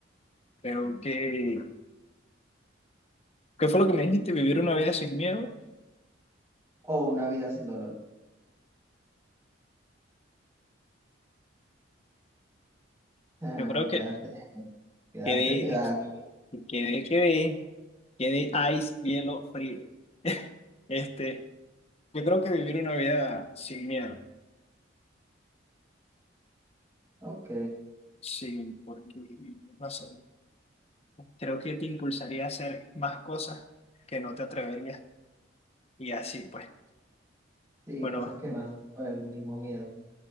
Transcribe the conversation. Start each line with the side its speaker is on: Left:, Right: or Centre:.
Left: creo que... ¿Qué fue lo que me dijiste? ¿Vivir una vida sin miedo?
Right: O una vida sin dolor. <laughs> Ah,
Left: Yo creo que
Right: quédate, quédate,
Left: quedé,
Right: quédate.
Left: quedé, quedé. que de ice, hielo, frío. <laughs> Este, yo creo que vivir una vida sin miedo,
Right: Ok.
Left: sí, porque, no sé, creo que te impulsaría a hacer más cosas que no te atreverías. Y así, pues,
Right: Sí,
Left: bueno,
Right: cosas que nacen por el mismo miedo.